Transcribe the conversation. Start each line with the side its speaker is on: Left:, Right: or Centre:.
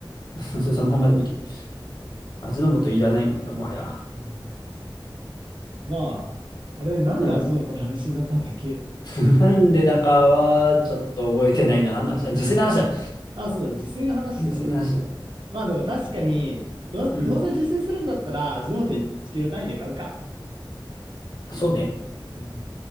Left: <laughs> そのまんまでもいける。味の素いらないもんだ、もはや。
Right: うんまあ、あれ、なんで味の素の話になったんだっけ
Left: うん。<laughs> なんでだかは、ちょっと覚えてないな。何の話だ自炊の話だ。
Right: <laughs> あ、そうだ、自炊の話したね、
Left: 自炊の話。
Right: そうだね。まあでも確かに、どう、
Left: うん。
Right: どうせ自炊するんだったら、味の素1キロ単位で買うか。
Left: そうね。
Right: うん